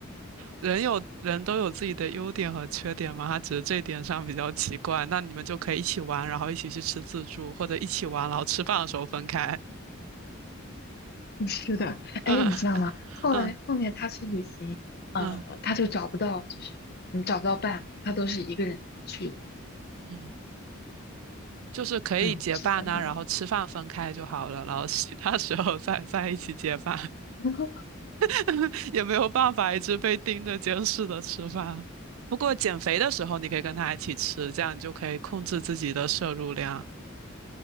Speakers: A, on the right; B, on the left.
A: 人有人都有自己的优点和缺点嘛，他只是这点上比较奇怪。那你们就可以一起玩，然后一起去吃自助，或者一起玩，然后吃饭的时候分开。
B: <laughs> 是的。
A: <laughs>
B: 哎，
A: 嗯
B: 你知道吗？后来后面他去旅行，
A: 嗯
B: 呃，
A: 嗯
B: 他就找不到，就是嗯找不到伴，他都是一个人去的。
A: 嗯，就是可以结伴呐、
B: 嗯，是真的吗？
A: 然后吃饭分开就好了，然后其他时候再在一起结伴，
B: <laughs>
A: <laughs> 也没有办法一直被盯着监视的吃饭。不过减肥的时候你可以跟他一起吃，这样你就可以控制自己的摄入量。